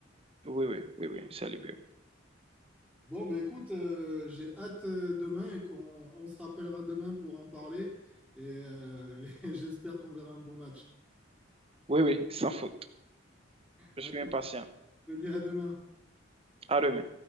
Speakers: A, on the right (about 30°); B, in the centre.
A: Oui, oui, oui, oui, ça libère.
B: Bon, bah écoute, euh, j'ai hâte euh, demain et qu'on on se rappellera demain pour en parler. Et, euh, <laughs> et j'espère qu'on verra un bon match.
A: Oui, oui, sans faute. Je
B: Allez,
A: suis impatient.
B: je te dis à demain.
A: À demain.